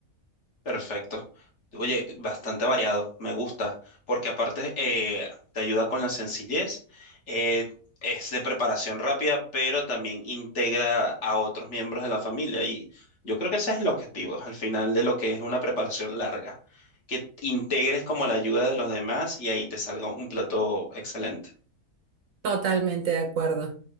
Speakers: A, on the left (about 50°); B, on the right (about 65°).
A: Perfecto. Oye, bastante variado, me gusta, porque aparte eh, te ayuda con la sencillez, eh, es de preparación rápida, pero también integra a otros miembros de la familia y yo creo que ese es el objetivo al final de lo que es una preparación larga, que integres como la ayuda de los demás y ahí te salga un plato excelente.
B: Totalmente de acuerdo.